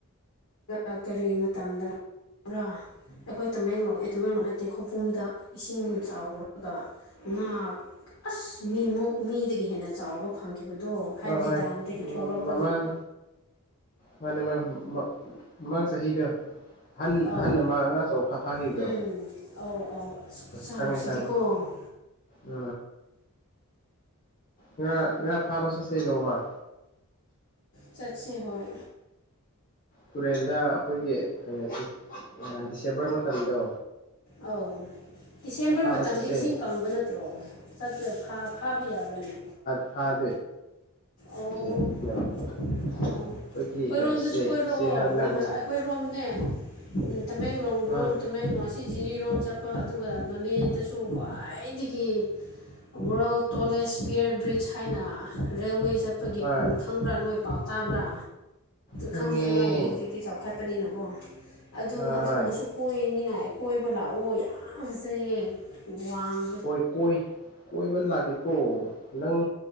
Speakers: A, on the left; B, on the left.
A: <inaudible> ꯀꯔꯤ ꯃꯇꯝꯗ <unintelligible> ꯑꯩꯈꯣꯏ ꯇꯃꯦꯡꯂꯣꯡ ꯑꯦ ꯇꯃꯦꯡꯂꯣꯡ ꯅꯠꯇꯦ ꯈꯧꯄꯨꯝꯗ ꯏꯁꯤꯡ ꯆꯥꯎꯔꯒ ꯉꯥ ꯑꯁ ꯃꯤꯃꯨꯛ ꯃꯤꯗꯒꯤ ꯍꯦꯟꯅ ꯆꯥꯎꯕ ꯐꯪꯈꯤꯕꯗꯣ ꯍꯥꯏꯕꯗꯤ
B: ꯍꯣꯏ ꯍꯣꯏ
A: ꯗꯥꯝꯗꯒꯤ ꯊꯣꯛꯂꯛ
B: ꯃꯃꯥꯡ ꯃꯥꯅꯦ <unintelligible> ꯃꯃꯥꯡ ꯆꯍꯤꯗ ꯑꯍꯟ
A: ꯑꯧ
B: ꯑꯍꯟ ꯑꯃ ꯉꯥ ꯑꯆꯧꯕ ꯐꯥꯈꯤꯕꯗꯣ
A: ꯎꯝ ꯑꯧ ꯑꯧ ꯑꯁ ꯈꯨꯠꯆꯥꯎꯁꯤꯗꯤꯀꯣ
B: ꯈꯪꯉꯦ ꯈꯪꯉꯦ ꯑ ꯉꯥ ꯉꯥ ꯐꯥꯕ ꯆꯠꯁꯦ ꯅꯣꯡꯃ
A: ꯆꯠꯁꯦ ꯍꯣꯏ
B: ꯇꯨꯔꯦꯟꯗ ꯑꯩꯈꯣꯏꯒꯤ <unintelligible> ꯗꯤꯁꯦꯝꯕꯔ ꯃꯇꯝꯗꯣ
A: ꯑ‌ꯧ ꯗꯤꯁꯦꯝꯕꯔ
B: ꯉꯥ ꯐꯥꯕ
A: ꯃꯇꯝꯗꯤ
B: ꯆꯠꯁꯦ
A: ꯏꯁꯤꯡ ꯀꯪꯕ ꯅꯠꯇ꯭ꯔꯣ ꯆꯠꯄꯗ ꯐꯥꯕ ꯌꯥꯕ꯭ꯔꯥꯅꯦ
B: ꯐꯥꯗꯦ
A: ꯑꯣ
B: <unintelligible>
A: ꯑꯣ ꯑꯩꯈꯣꯏꯔꯣꯝꯗꯁꯨ
B: ꯆꯦꯛ
A: ꯀꯣꯏꯔꯛꯑꯣ
B: ꯆꯦꯛ ꯍꯥꯏꯕ
A: <unintelligible> ꯑꯩꯈꯣꯏꯔꯣꯝꯅꯦ
B: ꯂꯪ
A: ꯎꯝ ꯇꯃꯦꯡꯂꯣꯡ
B: ꯎꯝ
A: <unintelligible> ꯇꯃꯦꯡ <unintelligible> ꯁꯤ ꯖꯤꯔꯤꯔꯣꯝ ꯆꯠꯄ ꯑꯗꯨꯒ ꯅꯣꯅꯦꯗꯁꯨ ꯈ꯭ꯋꯥꯏꯗꯒꯤ ꯋꯥꯔꯜ ꯇꯣꯂꯦꯖ ꯄꯤꯌꯔ ꯕ꯭ꯔꯤꯖ ꯍꯥꯏꯅ ꯔꯦꯜꯋꯦ ꯆꯠꯄꯒꯤ
B: ꯍꯣꯏ
A: ꯈꯪꯕ꯭ꯔꯥ ꯅꯣꯏ ꯄꯥꯎ ꯇꯥꯕ꯭ꯔꯥ
B: ꯈꯪꯉꯦ
A: ꯈꯪꯗꯤ ꯈꯪꯂꯝꯝꯒꯅꯤ ꯍꯧꯖꯤꯛꯇꯤ ꯆꯥꯎꯈꯠꯄꯅꯤꯅꯀꯣ ꯑꯗꯨ
B: ꯍꯣꯏ
A: ꯑꯗꯨꯒꯨꯝꯕꯁꯨ ꯀꯣꯏꯅꯤꯡꯉꯥꯏ ꯀꯣꯏꯕ ꯂꯥꯛꯑꯣ ꯌꯥꯝ ꯐꯖꯩꯌꯦ ꯋꯥꯡ
B: ꯍꯣꯏ ꯀꯣꯏ ꯀꯣꯏꯕ ꯂꯥꯛꯀꯦꯀꯣ ꯅꯪ